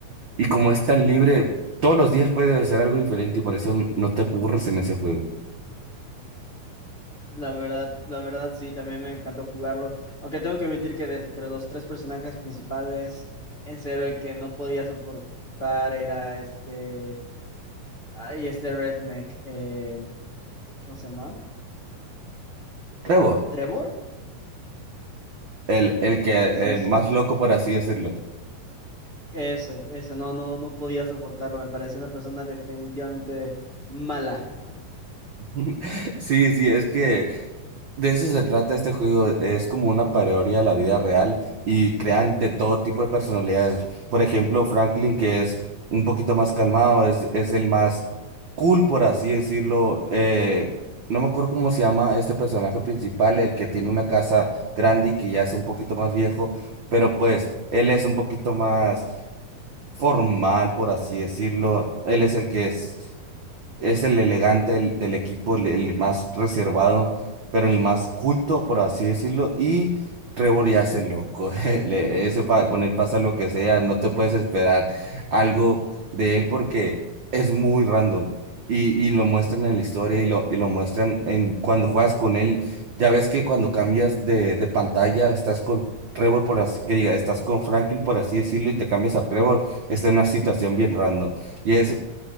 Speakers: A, on the right; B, on the left.
A: y como es tan libre, todos los días puedes hacer algo diferente y por eso n- no te aburres en ese juego.
B: La verdad, la verdad, sí, también me encantó jugarlo. Aunque tengo que admitir que de entre los tres personajes principales, en serio, el que no podía soportar era este, ay, este redneck, eh, ¿cómo se llama?
A: Trevor,
B: ¿Trevor?
A: el, el que,
B: Sí,
A: el
B: sí.
A: más loco, por así decirlo.
B: Ese, ese, no, no, no podía soportarlo. Me parecía una persona definitivamente mala.
A: <laughs> Sí, sí, es que De eso se trata este juego, es como una parodia a la vida real y crean de todo tipo de personalidades. Por ejemplo, Franklin, que es un poquito más calmado, es, es el más cool, por así decirlo. Eh, no me acuerdo cómo se llama este personaje principal, el que tiene una casa grande y que ya es un poquito más viejo, pero pues él es un poquito más formal, por así decirlo. Él es el que es. Es el elegante del, del equipo, el, el más reservado, pero el más culto, por así decirlo. Y Trevor ya es el loco. <laughs> le- ese pa- con él pasa lo que sea. No te puedes esperar algo de él porque es muy random. Y, y lo muestran en la historia y lo, y lo muestran en cuando juegas con él. Ya ves que cuando cambias de, de pantalla, estás con Trevor, por así que diga, estás con Franklin, por así decirlo, y te cambias a Trevor, está en una situación bien random. Y es
B: Sí,